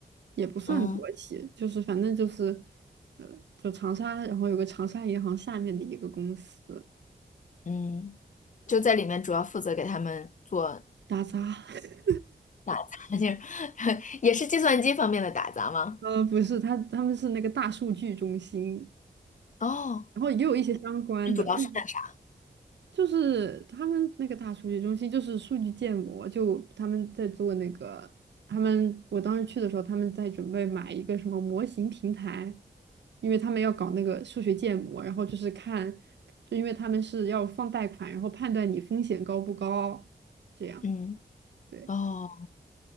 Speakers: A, on the right; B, on the left.
A: 也不算国企，
B: 嗯
A: 就是反正就是，呃，就长沙，然后有个长沙银行下面的一个公司，
B: 嗯，就在里面主要负责给他们做
A: 打杂。<laughs>
B: 打杂，就是 <laughs> 也是计算机方面的打杂吗？
A: 呃，不是，他他们是那个大数据中心，
B: 哦，
A: 然后也有一些相关的，
B: 那主要是干啥？
A: 但就是他们那个大数据中心就是数据建模，就他们在做那个，他们我当时去的时候，他们在准备买一个什么模型平台，因为他们要搞那个数学建模，然后就是看，就因为他们是要放贷款，然后判断你风险高不高，这样。
B: 嗯，
A: 对。
B: 哦，